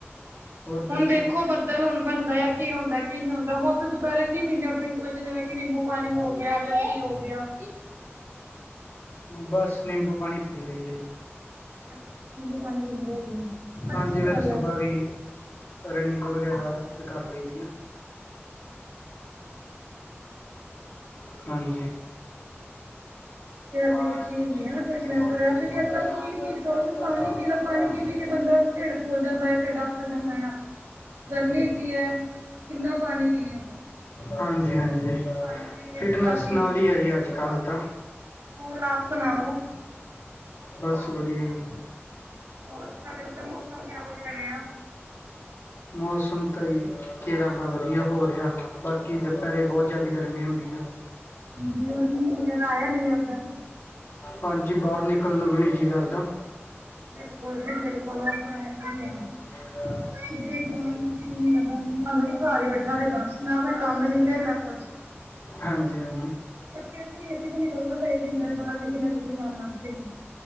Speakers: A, on the left; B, on the right.
A: ਹੋਰ ਦੱਸੋ
B: ਹੁਣ ਦੇਖੋ ਬੱਦਲ ਹੁਣ ਬਣਦਾ ਹੈ ਕੀ ਹੁੰਦਾ ਕੀ ਨ ਨਹੀਂ ਹੁੰਦਾ ਹੋਰ ਤੇ ਦੁਪਹਿਰੇ ਕੀ ਪੀਂਦੇ ਹੋ ਡਰਿੰਕ ਵਿੱਚ ਜਿਵੇਂ ਕਿ ਨਿੰਬੂ ਪਾਣੀ ਹੋ ਗਿਆ ਜਾਂ ਕੀ ਹੋ ਗਿਆ
A: ਬਸ ਨਿੰਬੂ ਪਾਣੀ ਪੀ ਲਈ ਦੇਈ ਦਾ
B: ਨਿੰਬੂ ਪਾਣੀ ਪੀਂਦੇ ਹੈਗੇ ਆ
A: ਹਾਂਜੀ
B: ਅੱਛੀ
A: ਫਿਰ
B: ਗੱਲ
A: ਸੁਬਾਹ
B: ਹੈ।
A: ਵੀ ਰਨਿੰਗ ਵਗੈਰਾ ਫਿਰ ਕਰ ਲਈ ਦੀ ਆ ਹਾਂਜੀ।
B: ਤੇ ਆਪਣੀ
A: ਹਾਂਜੀ
B: ਅੱਛੀ ਹੀ ਹੁੰਦੀ ਹੈ ਨਾ ਫਿਟਨ ਵਗੈਰਾ ਕਿਉਂਕ ਅੱ ਕੱਲ ਕੋਈ ਵੀ ਚੀਜ਼ ਖਾ ਖ ਪਾਣੀ ਪੀ ਲੋ ਪਾਣੀ ਪੀ ਪੀ ਕੇ ਬੰਦਾ ਢਿੱਡ ਫੁਲ ਜਾਂਦਾ ਆ ਢਿੱਡ ਆਫਰ ਜਾਂਦਾ ਆ ਗਰਮੀ ਏਡੀ ਹੈ। ਕਿੰਨਾ ਪਾਣੀ ਪੀਏ
A: ਹਾਂਜੀ ਹਾਂਜੀ।
B: ਹਾਂਜੀ
A: ਫਿਟਨੈਸ
B: ਇਸ ਕਰਕੇ
A: ਨਾਲ ਹੀ ਹੈ ਜੀ ਅੱਜ ਕੱਲ੍ਹ ਤਾਂ
B: ਹੋਰ ਆਪ ਸੁਣਾਓ
A: ਬਸ ਵਧੀਆ ਜੀ।
B: ਹੋਰ ਸਾਡੇ ਓਧਰ ਮੌਸਮ ਕਿਹੋ ਜਿਹਾ ਰਿਹਾ ਆ
A: ਮੌਸਮ ਤਾਂ ਜੀ ਕੇਰਾ ਦਾ ਵਧੀਆ ਹੋ ਰਿਹਾ ਬਾਕੀ ਦੁਪਹਿਰੇ ਬਹੁਤ ਜ਼ਿਆਦਾ ਗਰਮੀ ਹੁੰਦੀ ਆ।
B: ਜ ਹੋਰ ਮੀਹ ਵਗੈਰਾ ਆਇਆ ਨਹੀਂ ਓਧਰ
A: ਹਾਂਜੀ ਬਾਹਰ ਨਿਕਲ ਨੂੰ ਵੀ ਨ ਜੀਅ ਕਰਦਾ।
B: ਬਿਲਕੁਲ ਜੀ ਬਿਲਕੁਲ ਐ ਤਾਂਾ ਹੈ ਹੀ ਆ
A: ਅੱ
B: ਕਿਧਰੇ ਜਾਨ ਨੂੰ ਜੀ ਨੀ ਕਰਦਾ ਬੰਦਾ ਬੈਠਾ ਰ ਬਸ ਨਾ ਕੋਈ ਕੰਮ ਨੀ ਤੇ ਨਾ ਕੁਛ
A: ਹਾਂਜੀ ਹਾਂਜੀ।
B: ਪਰ ਫੇਰ ਵੀ ਏਸੀ ਤੋਂ ਨਿਕਲਣਾ ਪੈ ਜਾਂਦਾ ਬਾਹਰ ਕਿਸੇ ਨਾ ਕਿਸੇ ਕੰਮ ਵਾਸਤੇ।